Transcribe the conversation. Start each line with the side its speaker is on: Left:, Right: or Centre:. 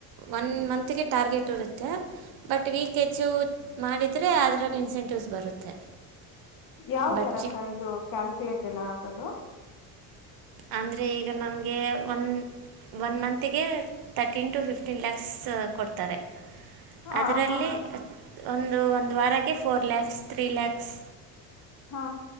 Right: ಒನ್ ಮಂತ್ಗೆ ಟಾರ್ಗೆಟ್ ಇರುತ್ತೆ ಬಟ್ ವೀಕ್ ಸ್ಕೆಚ್ಚು ಮಾಡಿದರೆ ಅದರಲ್ಲಿ ಇನ್ಸೆಂಟಿವ್ಸ್ ಬರುತ್ತೆ
Left: ಯಾವ್
Right: ಬಟ್
Left: ತರ ಅಕ್ಕ ಇದು ಕ್ಯಾಲ್ಕುಲೇಟ್ ಎಲ್ಲ ಆಗದು
Right: ಅಂದ್ರೆ ಈಗ ನನಗೆ ಒಂದ ಒನ್ ಮತ್ಗೆ ತರ್ಟೀನ್ ಟು ಫಿಫ್ಟೀನ್ ಲ್ಯಾಕ್ಸ್ ಕೊಡ್ತಾರೆ
Left: ಹ
Right: ಅದರಲ್ಲಿ
Left: ಹಾ ಹಾ
Right: ಒಂದು ಒಂದು ವಾರಕ್ಕೆ ಫೋರ್ ಲ್ಯಾಕ್ಸ್ ತ್ರೀ ಲ್ಯಾಕ್ಸ್
Left: ಹಾ